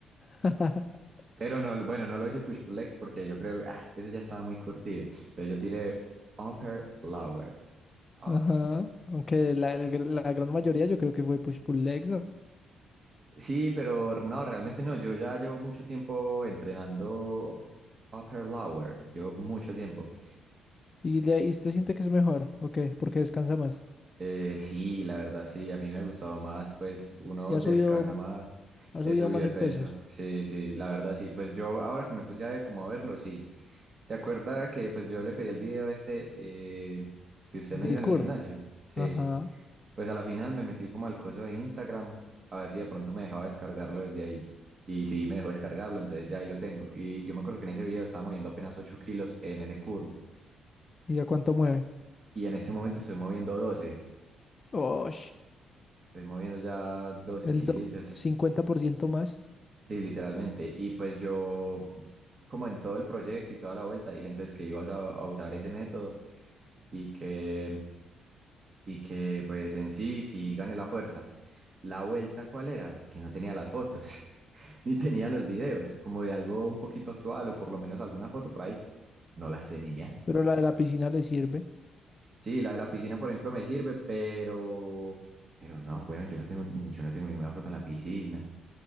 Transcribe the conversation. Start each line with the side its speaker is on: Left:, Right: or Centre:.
Left: <laughs>
Right: Pero no, bueno, no lo hice push pull legs porque yo creo, ah, es que eso ya estaba muy curtido. Entonces yo tiré upper lower. Oh.
Left: Ajá. Aunque la, el gr- la gran mayoría yo creo que fue push pull legs, ¿no?
Right: Sí, pero no, realmente no. Yo ya llevo mucho tiempo entrenando upper lower. Llevo mucho tiempo.
Left: ¿Y, le- y usted siente que es mejor, ¿o qué? Porque descansa más.
Right: Eh, sí, la verdad sí, a mí me ha gustado más, pues uno
Left: Y ha
Right: descansa
Left: subido,
Right: más,
Left: ha
Right: he
Left: subido
Right: subido
Left: más
Right: de
Left: en
Right: peso,
Left: pesos.
Right: sí, sí, la verdad sí, pues yo ahora que me puse a ver, como a verlo, sí, ¿se acuerda que pues yo le pedí el video este eh, que usted
Left: El
Right: me
Left: del
Right: hizo en
Left: curl.
Right: el gimnasio? Sí,
Left: Ajá.
Right: pues a la final me metí como al coso de Instagram, a ver si de pronto me dejaba descargarlo desde ahí, y sí, me dejó descargarlo, entonces ya ahí lo tengo, y yo me acuerdo que en ese video estaba moviendo apenas 8 kilos en ese curl,
Left: ¿Y ya cuánto mueve?
Right: y en ese momento estoy moviendo doce
Left: Oh,
Right: Estoy moviendo ya doce
Left: el
Right: kilitos
Left: do- 50% más.
Right: Sí, literalmente. Y pues yo, como en todo el proyecto y toda la vuelta, dije entonces que ibas a, a usar ese método y que, y que pues en sí, sí gané la fuerza. La vuelta, ¿cuál era? Que no tenía las fotos, <laughs> ni tenía los videos, como de algo un poquito actual o por lo menos alguna foto por ahí. No las tenía.
Left: Pero la de la piscina le sirve.
Right: Sí, la de la piscina, por ejemplo, me sirve, pero, pero no, weón, yo no tengo, yo no tengo ninguna foto en la piscina.